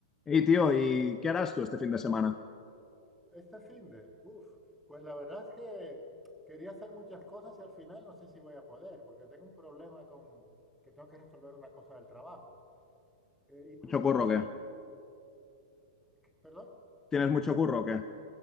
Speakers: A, on the left (about 15°); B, in the centre.
A: Y tío, ¿y qué harás tú este fin de semana?
B: Este finde, uff, pues la verdad es que quería hacer muchas cosas y al final no sé si voy a poder, porque tengo un problema con que tengo que resolver una cosa del trabajo. Eh, ¿y tú
A: ¿Mucho
B: qué
A: curro
B: vas a
A: o
B: hacer?
A: qué?
B: ¿Qué- ¿Perdón?
A: ¿Tienes mucho curro o qué?